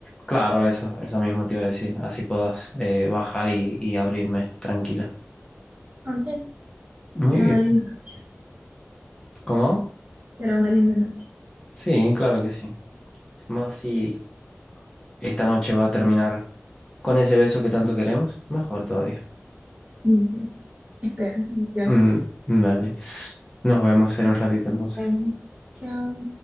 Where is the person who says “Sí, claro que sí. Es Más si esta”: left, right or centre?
Left